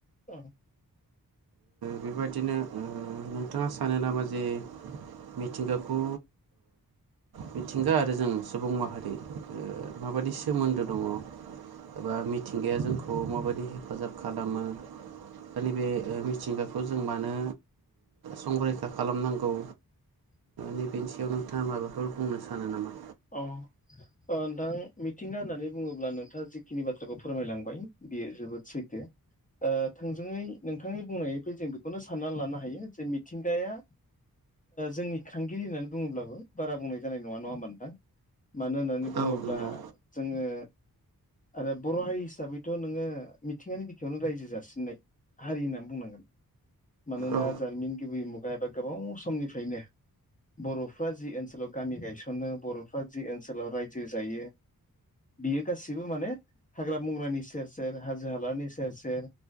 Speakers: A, on the left; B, on the right.
A: औ
B: बेबायादिनो नोंथाङा सानो नामा जे मिथिंगाखौ मिथिंगा आरो जों सुबुं माहारि माबायदि सोमोन्दो दङ एबा मिथिंगाया जोंखौ माबायदि हेफाजाब खालामो दा नैबे मिथिंगाखौ जों मानो संरैखा खालामनांगौ
A: <inaudible>
B: नैबेनि सायाव नोंथाङा माबाफोर बुंनो सानो नामा
A: अ नोंथां मिथिंगा होननानै बुङोब्ला नोंथाङा जिखिनि बाथ्राखौ फोरमायलांबाय बियो जोबोद सैथो थोंजोङै नोंथांनि बुंनायनिफ्राय जों बेखौनो साननानै लानो हायो जे मिथिंगाया जोंनि खांगिरि होननानै बुङोब्लाबो बारा बुंनाय जानाय नङा नङा होमबा नोंथां मानो होननानै बुङोब्ला
B: औ नंगौ
A: जोङो आरो बर' हारि हिसाबैथ' नोङो मिथिंगानि बिखायावनो रायजो जासिननाय हारि होननानै बुंनांगोन मानोना
B: औ
A: जारिमिन गिबि मुगा बा गोबाव समनिफ्रायनो बर'फ्रा जि ओनसोलाव गामि गायसनो बर आफ जि ओनसोलाव रायजो जायो बियो गासिबो माने हाग्रा बंग्रानि सेर सेर हाजो हालानि सेर सेर